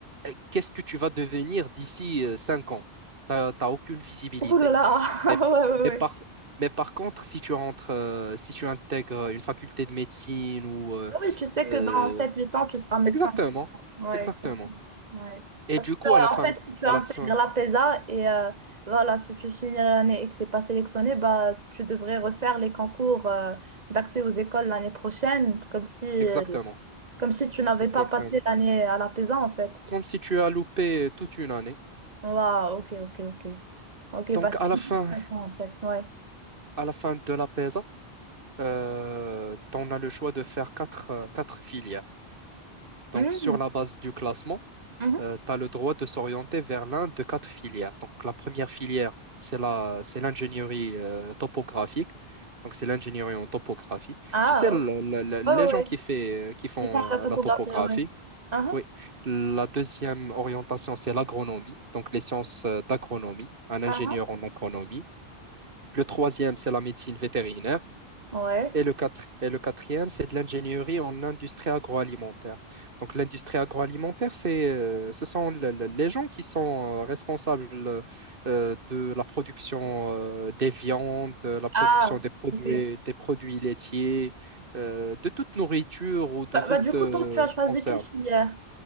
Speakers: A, on the right; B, on the right.
A: euh, qu'est-ce que tu vas devenir d'ici euh, cinq ans. T'as, t'as aucune visibilité.
B: Ouh là là, <laughs>
A: Mais,
B: ouais,
A: mais
B: ouais, ouais.
A: par, mais par contre, si tu rentres, euh, si tu intègres une faculté de médecine ou, euh,
B: Ah Oui, tu sais
A: euh,
B: que dans sept huit ans, tu seras médecin.
A: exactement,
B: Ouais,
A: exactement.
B: exactement. Ouais.
A: Et
B: Parce
A: du
B: que,
A: coup,
B: euh,
A: à la fin,
B: en fait,
A: de-
B: si tu
A: à
B: intègres
A: la fin,
B: la PESA et euh, voilà, si tu finis l'année et que tu n'es pas sélectionné, bah, tu devrais refaire les concours euh, d'accès aux écoles l'année prochaine, comme si, euh,
A: Exactement,
B: comme si tu n'avais
A: exactement.
B: pas passé l'année à la PESA, en fait.
A: Comme si tu as loupé toute une année.
B: Waouh, ok, ok, ok. Ok,
A: Donc
B: bah, c'est
A: à la
B: hyper
A: fin,
B: intéressant, en fait. Ouais.
A: à la fin de la PESA, euh, tu as le choix de faire quatre, euh, quatre filières. Donc
B: Mhm,
A: sur la base du classement,
B: mhm.
A: tu as le droit de s'orienter vers l'un de quatre filières. Donc la première filière, c'est la, c'est l'ingénierie euh, topographique. Donc c'est l'ingénierie en topographie.
B: Ah,
A: Tu sais, le-
B: ok.
A: le- le-
B: Ouais,
A: les
B: ouais,
A: gens
B: ouais.
A: qui, fait, euh, qui font
B: Ils font la topographie,
A: euh, la topographie,
B: ouais. Ah,
A: Oui, la deuxième orientation, c'est l'agronomie, donc les sciences euh, d'agronomie, un ingénieur
B: ah, ah.
A: en agronomie. Le troisième, c'est la médecine vétérinaire.
B: Ouais.
A: Et le quatre- et le quatrième, c'est de l'ingénierie en industrie agroalimentaire. Donc l'industrie agroalimentaire, c'est, euh, ce sont le- le- les gens qui sont euh, responsables euh, de la production euh, des viandes, de la production
B: Ah,
A: des produits,
B: ok.
A: des produits laitiers, euh, de toute nourriture ou de
B: Bah,
A: toute
B: bah, du
A: euh,
B: coup, toi, tu as choisi
A: conserve.
B: quelle filière?